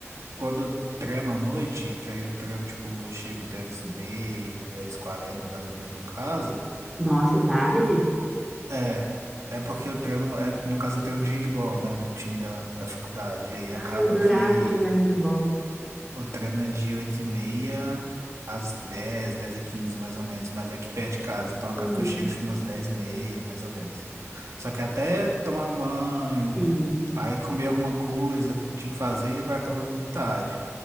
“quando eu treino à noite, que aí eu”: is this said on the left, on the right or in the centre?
Right